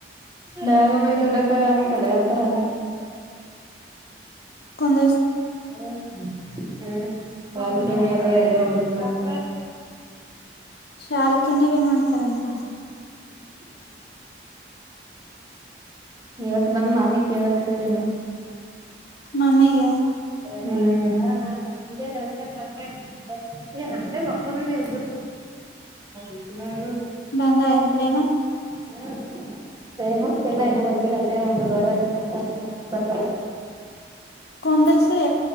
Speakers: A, on the right; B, on the left.
A: ನ ದೊಡ್ಡ ಕಾಯ ಅಂತಲ್ಲ ಹತ್ರ
B: ಕುಂದ್ರ
A: ಹಾ ಹ್ಮ್ ಹ್ಮ್ ಬಲ್ಕ ಅ ಮಾತ್ರ
B: ಶಾಲ್ಕನ್ನ ಭ ಮಾಡ್ತಾರಂತ
A: <inaudible> ಇವತ್ ಬಂದ್ ಮಾಮಿ ಕೇಳತ್ಲೇನು
B: ಮಾಮೆಯ
A: ಹ್ಮ್ಮ್ <inaudible> ಏ ಅ ಮಕ್ಕಳ ನೀವು ಇ್ದರು
B: ಬಂದಾಯ ಯೆನ್ ಪ್ರೇಮಕ್
A: ಹ್ಮ ೇಮಕ್ ಎಲ್ಲ ಏನ ಬಂದಿಲ್ಲ ಅಲ್ಲೇ ಒಬ್ಬಾರ ಅ ಬರ್ತ ಬರ್ತಲ್ಲ
B: ಕಾಂಗ್ರೆಸ್